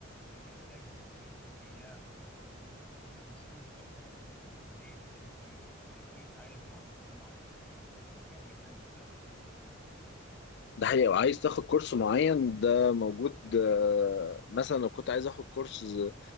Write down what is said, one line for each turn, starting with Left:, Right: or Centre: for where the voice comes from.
Centre: كان محتاج ممكن ايام و- واسابيع وشهور سفر ليه لان كان ممكن انت عايز معلومه معينه دي موجوده في قاره تانية مختلفه عن القاره اللي انت فيها
Left: ده حقيقي وعايز تاخد كورس معين ده موجود آه، مثلا لو كنت عايز اخد كورس ز-